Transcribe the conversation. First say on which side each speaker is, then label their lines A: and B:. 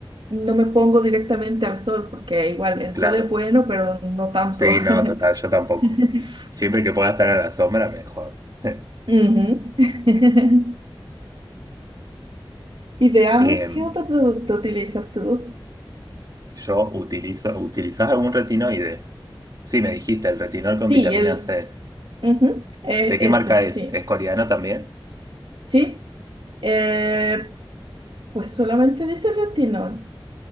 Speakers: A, on the right; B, on the right.
A: no me pongo directamente al sol, porque igual el
B: claro.
A: sol es bueno, pero no tanto.
B: Sí, no, total, yo tampoco.
A: <laughs>
B: Siempre que pueda estar a la sombra, mejor. <laughs>
A: Ujú. <laughs> Y veamos
B: Em,
A: qué otro producto utilizas tú.
B: yo utilizo, ¿utilizás algún retinoide? Sí, me dijiste, el retinol con
A: Sí,
B: vitamina
A: el
B: C.
A: ujú, e-
B: ¿De qué
A: ese,
B: marca es?
A: sí.
B: ¿Es coreano también?
A: Sí, eh, pues solamente dice retinol.